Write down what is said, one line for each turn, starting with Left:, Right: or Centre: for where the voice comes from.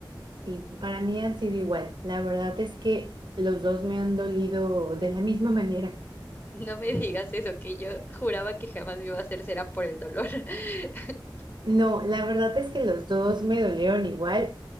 Right: y para mí han sido igual, la verdad es que los dos me han dolido de la misma manera.
Left: <laughs> No me digas eso, que yo juraba que jamás me iba a hacer cera por el dolor. <laughs>
Right: No, la verdad es que los dos me dolieron igual.